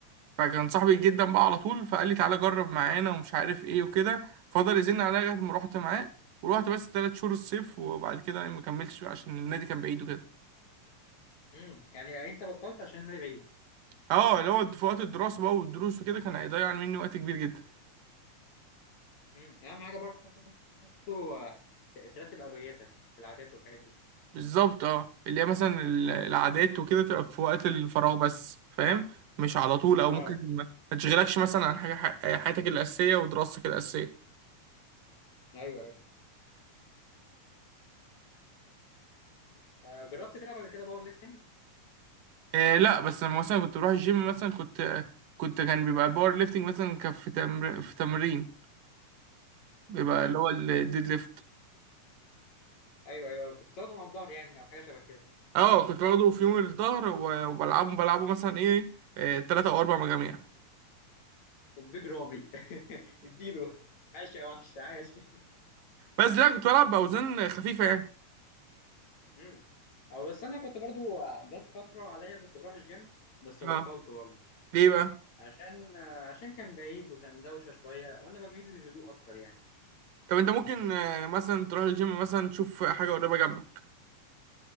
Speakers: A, on the right; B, on the left.
A: فكان صاحبي جدا بقى على طول فقال لي تعالى جرب معانا ومش عارف ايه وكده فضل يزن عليا لغايه ما رحت معاه ورحت بس تلات شهور الصيف وبعد كده ما كملتش بقى عشان النادي كان بعيد وكده
B: مم. يعني أنت بطلت عشان النادي بعيد
A: اه اللي هو في وقت الدراسه بقى والدروس وكده كان هيضيع مني وقت كبير جدا
B: مم. أهم حاجة برضو آه، ترتب أولوياتك في العادات والحاجات دي
A: بالظبط اه اللي هي مثلا ال- العادات وكده تبقى في وقت الفراغ بس فاهم مش على طول او
B: اه
A: ممكن ما ما تشغلكش مثلا عن حاجه ح- حياتك الاساسيه ودراستك الاساسيه
B: ايوه ايوه آه جربت تلعب قبل كده باور ليفتنج؟
A: آه لا بس لما مثلا كنت بروح الجيم مثلا كنت كنت كان بيبقى الباور ليفتنج مثلا كان في تمر... في تمرين بيبقى
B: امم
A: اللي هو الديد ليفت
B: ايوه ايوه كنت بتاخده مع الظهر يعني او حاجه شبه كده
A: اه كنت باخده في يوم الظهر و- وبلعبه بلعبه مثلا ايه آه، تلاتة او اربع مجاميع <laughs>
B: البيج رامي <laughs> اديله عاش يا وحش عاش
A: بس لا كنت بلعب باوزان خفيفة يعني
B: امم او بس انا كنت برضو جت فتره عليا كنت بروح الجيم بس
A: اه
B: بطلت برضو
A: ليه بقى
B: عشان عشان كان بعيد وكان دوشه شويه وانا بميل للهدوء اكتر يعني
A: طب انت ممكن آه، مثلا تروح الجيم مثلا تشوف حاجة قريبة جنبك